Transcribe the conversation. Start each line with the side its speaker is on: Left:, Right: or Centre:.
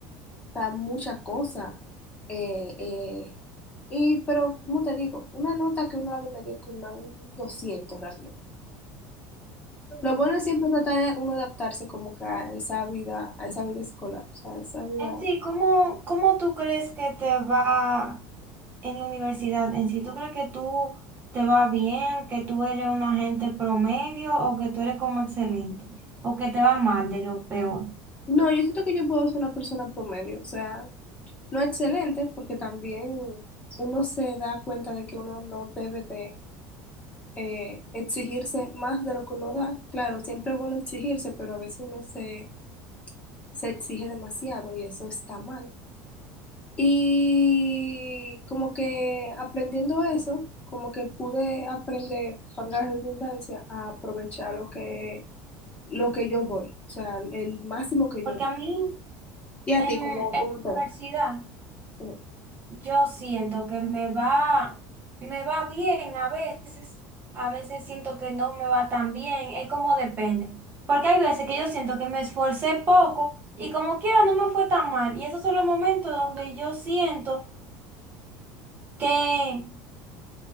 Left: sea, muchas cosas. eh, eh, y, pero, como te digo, una nota que uno la ve medio que una, un 200 realmente Lo bueno es siempre tratar de uno adaptarse como que a esa vida, a esa vida escolar, o sea, a esa vida.
Right: En sí, ¿cómo, cómo tú crees que te va? en la universidad en sí, ¿tú crees que tú te va bien, que tú eres una gente promedio o que tú eres como excelente o que te va mal de lo peor?
Left: No, yo siento que yo puedo ser una persona promedio, o sea, no excelente, porque también uno se da cuenta de que uno no debe de eh, exigirse más de lo que uno da. Claro, siempre es bueno exigirse, pero a veces uno se, se exige demasiado y eso está mal. Y como que aprendiendo eso, como que pude aprender, valga la redundancia, a aprovechar lo que, lo que yo doy, o sea, el máximo que
Right: Porque
Left: yo doy.
Right: a mí
Left: Y a
Right: en,
Left: ti,
Right: en
Left: cómo
Right: la
Left: cómo te
Right: universidad
Left: va? Mm.
Right: yo siento que me va, me va bien a veces, a veces siento que no me va tan bien, es como depende. Porque hay veces que yo siento que me esforcé poco y como quiera no me fue tan mal. Y esos son los momentos donde yo siento que